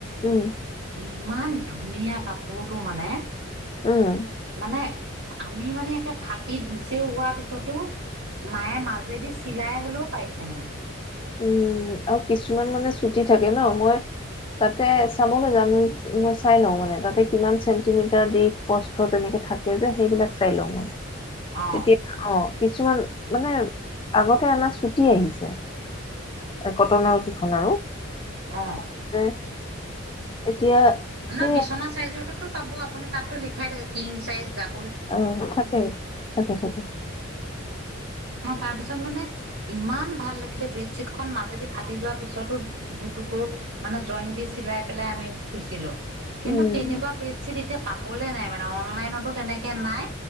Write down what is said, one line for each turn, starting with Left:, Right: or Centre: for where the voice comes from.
Left: উম
Right: ইমান ধুনীয়া কাপোৰটো মানে
Left: উম'
Right: মানে আমি মানে একে ফাটি দুুচেও হোৱা পিছ পিছতো মায়ে মাজেদি চিলাই হ'লেও পাৰিছে মানে।
Left: উম' আৰু কিছুমান মানে ছুটি থাকে ন মই তাতে চাবলৈ জানোঁ, মই চাই লওঁ মানে তাতে কিমান চেণ্টিমিটাৰ দীঘ প্ৰস্হ তেনেকে থাকে যে, সেইবিলাক চাই লওঁ মই।
Right: অ
Left: তেতিয়া অ' কিছুমান মানে আগতে আনা ছুটি আহিছে। এই কটনৰ কিখন আৰু।
Right: অ'
Left: উম' এতিয়া
Right: আপোনাৰ
Left: সেই
Right: বিচনা চাইজৰ টোতো পাব আপুনি তাতটো লিখাই থাকে কিং চাইজ ডাব
Left: অ' থাকে, থাকে, থাকে।
Right: অ' তাৰ পিছত মানে ইমান ভাল লাগিলে বেড চিট খন মাজেদি ফাটি যোৱা পিছতো দুটুকো মানে জইন দি চিলাই পেলাই আমি শুইছিলোঁ। কিন্তু
Left: উম।
Right: তেনেকুৱা বেডশ্বীট এতিয়া পাবলে নাই মানে অনলাইনতো তেনেকে নাই।